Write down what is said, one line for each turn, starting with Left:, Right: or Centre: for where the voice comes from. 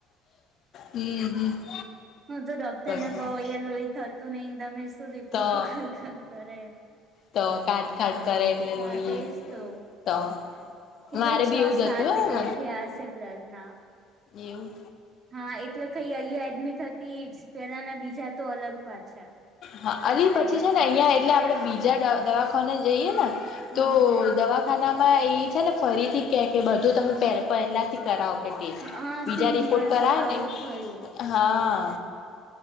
Left: હમ હમ.
Right: હું તો ડોક્ટરને
Left: શું
Right: કહ અહી લોહી થતું નહ તમે શું રિપોર્ટું
Left: તો
Right: ખરખર કરે.
Left: તો કાટ ખાટ કરેટ લ
Right: હા
Left: લું
Right: તેજ
Left: એ
Right: તો
Left: તો.
Right: કેટલા
Left: મારે
Right: છ
Left: બી એવું જતું
Right: સાત રિપોર્ટ
Left: હ
Right: થયા હશે બ્લડ ના
Left: એવું.
Right: હા એટલે કઈ અહીંયા એડમિટ હતી પેલાના બીજા તો અલગ પાછા.
Left: હા
Right: ત્યાં
Left: અલી
Right: પ્રાઈવેટ
Left: પછી છે ને
Right: ના
Left: અહિયાં એટલે આપડે બીજા દવાખાને જઈએ ને.
Right: હા
Left: તો દવાખાનામાં એ છે ને ફરીથી કે કે બધું તમે. પહેલાથી કરાવો કે ટેસ્ટ
Right: હા
Left: બીજા
Right: સેમ
Left: રિપોર્ટ
Right: બસ
Left: કરાવે
Right: આવું
Left: ને
Right: જ થયું
Left: હા.